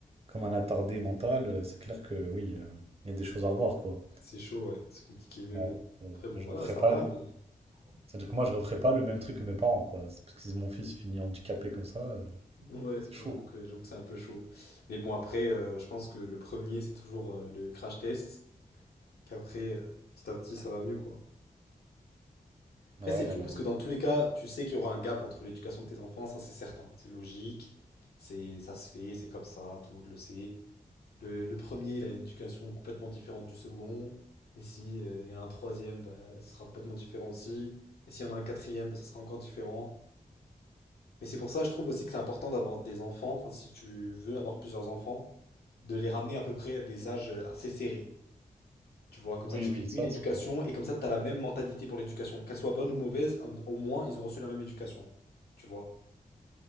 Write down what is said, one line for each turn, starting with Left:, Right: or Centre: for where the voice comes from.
Right: comme un attardé mental. euh, C'est clair que oui, euh, il y a des choses à revoir, quoi.
Left: C'est chaud, ouais, c'est compliqué, mais
Right: Ouais,
Left: bon.
Right: euh,
Left: Après, bon,
Right: je
Left: voilà,
Right: referai
Left: ça
Right: pas
Left: va,
Right: le...
Left: mais.
Right: C'est-à-dire que moi, je referai pas le même truc que mes parents, quoi. C'est Parce que si mon fils finit handicapé comme ça, euh,
Left: Ouais,
Right: c'est chaud,
Left: j'avoue
Right: quoi.
Left: que, j'avoue que c'est un peu chaud. Mais bon, après, euh, je pense que le premier, c'est toujours euh, le crash test, qu'après, euh, petit à petit, ça va mieux, quoi. Après,
Right: Ouais,
Left: c'est
Right: malheureusement.
Left: fou, parce que dans tous les cas, tu sais qu'il y aura un gap entre l'éducation de tes enfants, ça, c'est certain. C'est logique, c'est, ça se fait, c'est comme ça, tout le monde le sait. Le, le premier, il a une éducation complètement différente du second. Et si, euh, il y a un troisième, bah, ce sera complètement différent aussi. Et s'il y en a un quatrième, bah, ça sera encore différent. Mais c'est pour ça, je trouve aussi que c'est important d'avoir des enfants, enfin, si tu veux avoir plusieurs enfants, de les ramener à peu près à des âges euh, assez serrés. Tu vois, comme
Right: Oui,
Left: ça, tu
Right: oui,
Left: fais une
Right: ça,
Left: éducation
Right: c'est-
Left: et comme ça, tu as la même mentalité pour l'éducation. Qu'elle soit bonne ou mauvaise, hum, au moins, ils ont reçu la même éducation. Tu vois,